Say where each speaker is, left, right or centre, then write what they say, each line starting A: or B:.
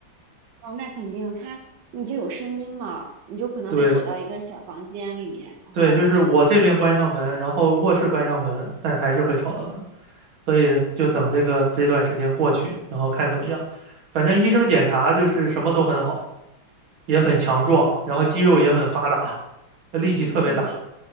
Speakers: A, on the right; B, on the right.
A: 哦，那肯定他你就有声音嘛，你就可能得躲到一个小房间里面，
B: 对
A: 然后
B: 对，就是我这边关上门，然后卧室关上门，但还是会吵到他，所以就等这个这段时间过去，然后看怎么样。反正医生检查就是什么都很好，也很强壮，
A: 对我，
B: 然后肌肉也很发达，力气特别大。
A: 嗯，可能。